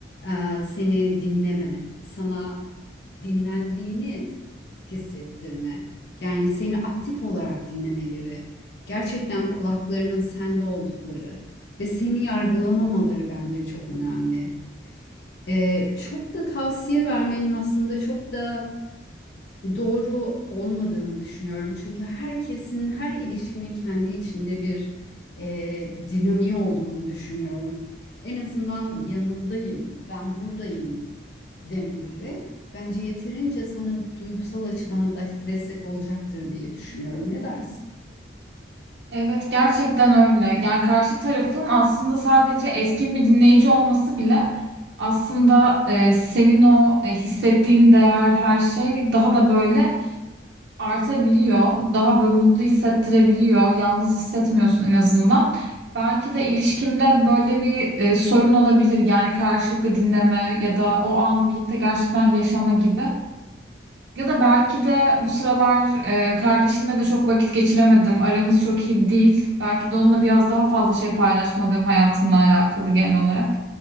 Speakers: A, on the left (about 65°); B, on the right (about 70°).
A: Ee, seni dinleme, sana dinlendiğini hissettirme. Yani seni aktif olarak dinlemeleri, gerçekten kulaklarının sende oldukları ve seni yargılamamaları bence çok önemli. Ee, çok da tavsiye vermenin aslında çok da doğru olmadığını düşünüyorum. Çünkü herkesin, her ilişkinin kendi içinde bir e, dinamiği olduğunu düşünüyorum. En azından yanındayım, ben buradayım demeleri bence yeterince sana duygusal açıdan da destek olacaktır diye düşünüyorum. Ne dersin?
B: Evet, gerçekten öyle. Yani karşı tarafın aslında sadece etkin bir dinleyici olması bile aslında e, senin o e, hissettiğin değer, her şey daha da böyle artabiliyor. Daha böyle mutlu hissettirebiliyor. Yalnız hissetmiyorsun en azından. Belki de ilişkimde böyle bir e, sorun olabilir. Yani karşılıklı dinleme ya da o anı birlikte gerçekten yaşama gibi. Ya da belki de bu sıralar e, kardeşimle de çok vakit geçiremedim. Aramız çok iyi değil. Belki de onunla biraz daha fazla şey paylaşmalıyım hayatımla alakalı genel olarak.